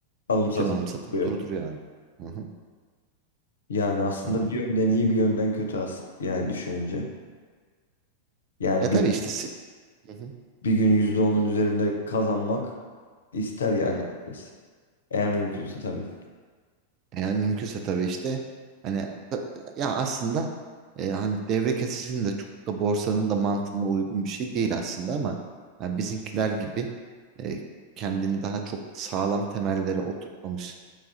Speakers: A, on the left; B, on the right.
A: alım satım
B: Bütün alım satımı
A: yapıyor.
B: durduruyor yani. Hı
A: Yani aslında
B: hı.
A: bir yönden iyi bir yönden kötü as yani düşününce. Yani
B: Ya
A: bir,
B: tabii işte si- Hı hı.
A: bir gün yüzde onun üzerinde kazanmak ister yani
B: Evet.
A: herkes. Eğer mümkünse tabii.
B: Yani mümkünse tabii işte hani ta- ya aslında e, hani devre kesicinin de çok da borsanın da mantığına uygun bir şey değil aslında ama hani bizimkiler gibi e, kendini daha çok sağlam temellere oturtmamış